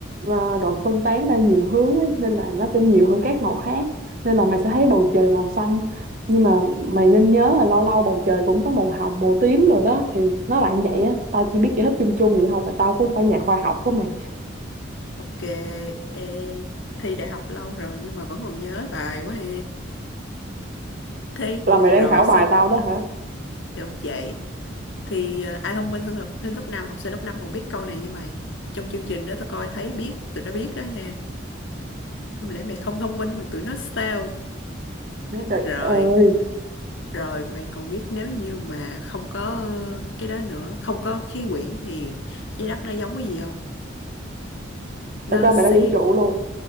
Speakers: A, on the right; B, on the left.
A: ờ, rồi phân tán ra nhiều hướng ấy, nên là nó sẽ nhiều hơn các màu khác nên là mày sẽ thấy bầu trời màu xanh nhưng mà mày nên nhớ là lâu lâu bầu trời cũng có màu hồng màu tím rồi đó thì nó là như vậy á tao chỉ biết giải thích chung chung vậy thôi tại tao cũng không phải nhà khoa học của mày
B: ok ê thi đại học lâu rồi nhưng mà vẫn còn nhớ bài quá ha thi
A: là mày đang
B: rồi
A: khảo
B: sao
A: bài tao đó hả
B: được vậy thì ờ, ai thông minh hơn học sinh lớp năm học sinh lớp 5 còn biết câu này nha mày trong chương trình đó tao coi thấy biết tụi nó biết đó nha không lẽ mày không thông minh mà tụi nó sao
A: trời
B: rồi
A: ơi
B: rồi mày còn biết nếu như mà không có ờ, cái đó nữa không có khí quyển thì trái đất nó giống cái gì không nó
A: tao cho
B: sẽ
A: mày ra vũ trụ luôn